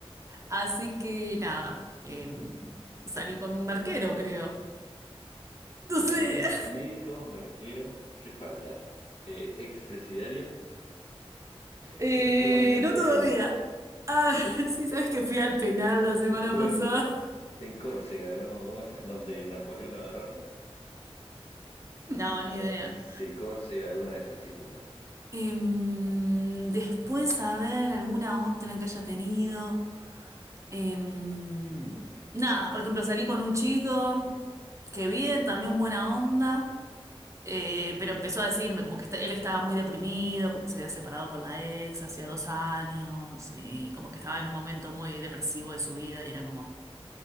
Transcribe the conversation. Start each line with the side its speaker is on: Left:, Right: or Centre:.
Right: Así que nada, eh, salí con un marquero, creo. Entonces,
Left: Bien, médi- médico, merquero, ¿qué falta? Eh, expresidiario.
Right: <laughs> eh,
Left: Sí, estuve en el
Right: no
Left: penal.
Right: todavía. Ah,
Left: Eh,
Right: <laughs> sí, sabes que fui al penal la semana
Left: Estuve
Right: pasada.
Left: en, en Córcega, ¿no? ¿Cómo es? Donde Napoleón lo agarraron.
Right: No,
Left: Cor-
Right: ni idea.
Left: sí, Córcega, alguna de esas islas.
Right: Em, después, a ver, alguna otra que haya tenido. Em, nada, por ejemplo, salí con un chico que bien, también buena onda, eh, pero empezó a decirme como que está- él estaba muy deprimido porque se había separado con la ex hacía dos años y como que estaba en un momento muy depresivo de su vida y era como,